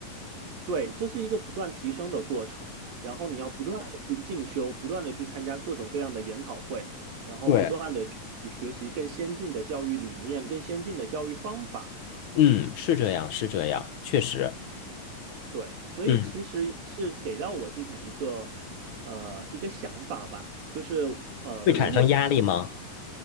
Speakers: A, on the right; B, on the left.
A: 对，这是一个不断提升的过程，然后你要不断的去进修，不断的去参加各种各样的研讨会，然后不断的去学习更先进的教育理念、
B: 对。
A: 更先进的教育方法。
B: 嗯，是这样，是这样，确实，
A: 对，所以其实是给到我自己一个呃一个想法吧，
B: 嗯，
A: 就是呃，
B: 会产生压力吗？
A: 如果